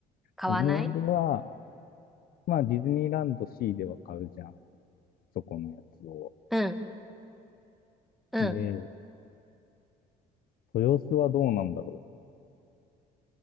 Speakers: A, in the centre; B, on the left.
A: 買わない
B: お土産は、まあディズニーランド C では買うじゃん。そこのやつを。
A: うん、うん。
B: で、豊洲はどうなんだろ